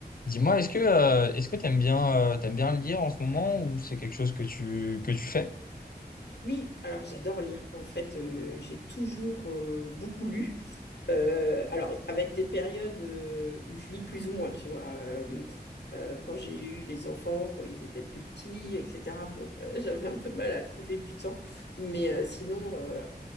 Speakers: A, on the left; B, on the left.
A: Dis-moi, est-ce que euh, est-ce que t'aimes bien euh, t'aimes bien lire en ce moment ou c'est quelque chose que tu que tu fais?
B: Oui, alors j'adore lire. En fait, euh, j'ai toujours euh, beaucoup lu. Euh, alors, avec des périodes euh, où je lis plus ou moins, tu vois. Euh, euh, quand j'ai eu les enfants, quand ils étaient plus petits, etc. Bon, euh, <laughs> j'avais un peu de mal à trouver du temps. Mais euh, sinon, euh,